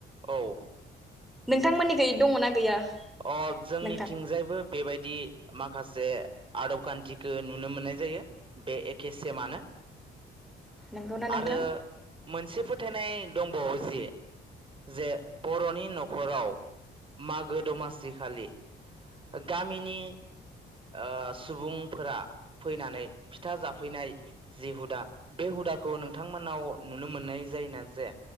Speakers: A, on the right; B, in the centre.
A: औ।
B: नोंथांमोननिखै दङना गैया?
A: अ जोंनिथिंजायबो
B: नोंथां
A: बेबायदि मा माखासे आदब खान्थिखौ नुनो मोननाय जायो बे एके सेमानो।
B: नंगौना नोंथां?
A: आरो मोनसे फोथायनाय दंबावो जि जे बर'नि न'खराव मागो दमासि खालि गामिनि ओ सुबुंफोरा फैनानै फिथा जाफैनाय जि हुदा बे हुदाखौ खौ नोंथांमोनाव नुनो मोननाय जायोना जाया